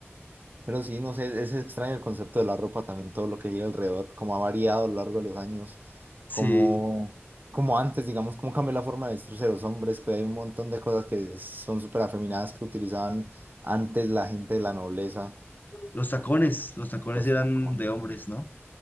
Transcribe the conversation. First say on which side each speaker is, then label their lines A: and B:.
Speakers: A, on the right; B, on the left.
A: Pero sí, no sé, es extraño el concepto de la ropa también, todo lo que gira alrededor, cómo ha variado a lo largo de los años,
B: Sí,
A: como, como antes, digamos, cómo cambió la forma de vestirse de los hombres, que hay un montón de cosas que son súper afeminadas que utilizaban antes la gente de la nobleza,
B: los tacones, los tacones
A: los
B: eran
A: tacones,
B: de hombres,
A: pum,
B: ¿no?